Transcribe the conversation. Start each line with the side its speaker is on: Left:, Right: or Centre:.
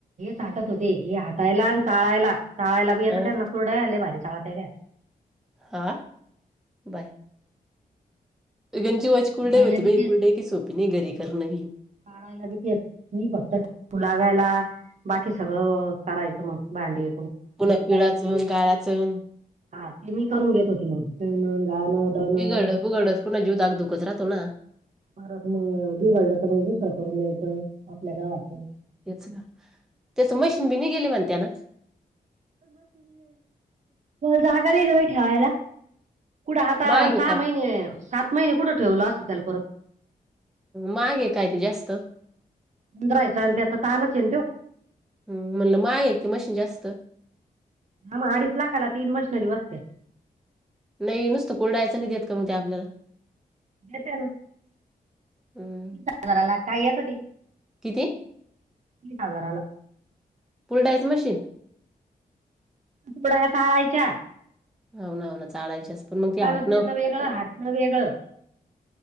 Right: साटत होते ह आटायला आणि चाळायला चाळायला बी येत
Centre: हं
Right: त्यांना कुरडया आहे लय भारी चाळत्या त्या
Centre: हा बाय गंजवाची कुलडाई
Right: हटायला
Centre: होती
Right: बी
Centre: बाई कुलडई की सोपी नाही घरी करन बी
Right: कायला भीती मी फक्त बघायला बाकी सगळं करायचं मग भांडी
Centre: पुलं पिळाचन गळाचंन
Right: हा ते मी करून घेत होते मग गाणं दळणं
Centre: बिघड उघडत पुन्हा जीव दाग दुखच राहतो ना
Right: परत मग बिघडलं तर मग दुसर करून द्यायचंय आपल्या गावातून
Centre: हेच ग त्याच मशीन बी नाही गेली म्हणताना
Right: जागा नाही बाई ठेवायला कुठं आता
Centre: महाग
Right: सहा
Centre: आहे काय
Right: महिने सात महिने कुठं ठेवलं असते त्याल परत
Centre: मागे काय ते जास्त
Right: दराहायच आणि त्याच तानच येल तेव
Centre: हम् म्हणलं माग आहे क मशीन जास्त
Right: हा मग अडीच लाखाला तीन मशनरी बसते
Centre: नाही नुसतं कोरडायचं नाही देत का मग ते आपल्याला
Right: देत ना तीस
Centre: हम्म.
Right: हजाराला का येत हो त
Centre: किती.
Right: तीस हजाराला.
Centre: कूूर्लडायचं मशीन.
Right: थोडा्या स चाळाायच्या.
Centre: हो ना हो ना चालायचेस पण मग तेी आात
Right: पिळणं
Centre: न..
Right: वेगळं हाटणं वेगळं